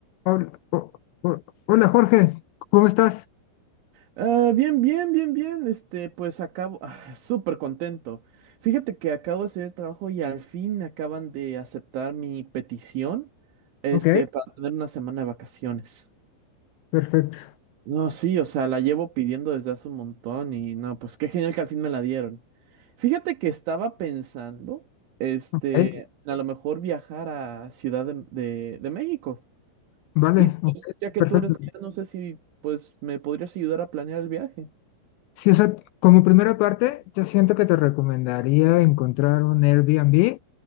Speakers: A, on the left (about 85°); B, on the right (about 75°).
A: Hol- ho- ho- Hola Jorge, ¿cómo estás?
B: Ah, bien, bien, bien, bien. Este, pues acabo, ah, <laughs> súper contento. Fíjate que acabo de hacer el trabajo y al fin me acaban de aceptar mi petición, este,
A: Ok,
B: para tener una semana de vacaciones.
A: perfecto.
B: No, sí, o sea, la llevo pidiendo desde hace un montón y no, pues qué genial que al fin me la dieron. Fíjate que estaba pensando, este,
A: ¿Eh?
B: a lo mejor viajar a Ciudad de, de- de México.
A: Vale,
B: Y pues,
A: ok,
B: ya que
A: perfecto.
B: tú eres de allá, no sé si, pues, me podrías ayudar a planear el viaje.
A: Sí, o sea, como primera parte, yo siento que te recomendaría encontrar un Airbnb